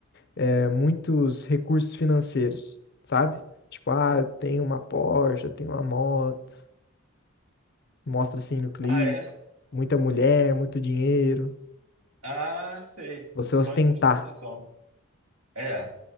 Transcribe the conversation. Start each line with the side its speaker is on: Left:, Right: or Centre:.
Left: é, muitos recursos financeiros, sabe? Tipo, ah, eu tenho uma Porsche, eu tenho uma moto, mostra assim no clipe,
Right: Ah, é?
Left: muita mulher, muito dinheiro,
Right: Ah, sei.
Left: você ostentar.
Right: Funk ostentação. É.